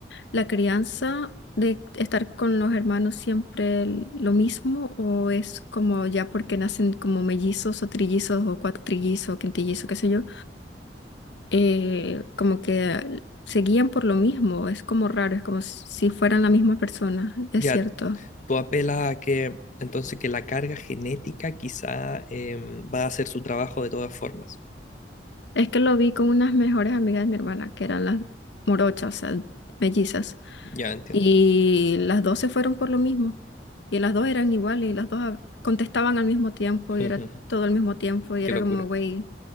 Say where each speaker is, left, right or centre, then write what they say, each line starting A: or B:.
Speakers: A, on the left; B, on the left.
A: la crianza de estar con los hermanos siempre el- lo mismo o es como ya porque nacen como mellizos o trillizos o cuatrillizos o quintillizos, qué sé yo, eh, como que se guían por lo mismo, es como raro, es como si fueran la misma persona, es
B: Ya,
A: cierto.
B: tú apelas a que entonces que la carga genética quizá em, va a hacer su trabajo de todas formas.
A: Es que lo vi con unas mejores amigas de mi hermana, que eran las morochas, o sea, mellizas.
B: Ya entiendo.
A: Y las dos se fueron por lo mismo. Y las dos eran iguales, y las dos hab- contestaban al mismo tiempo,
B: <laughs>
A: y era todo al mismo tiempo, y
B: Qué
A: era
B: locura.
A: como, güey,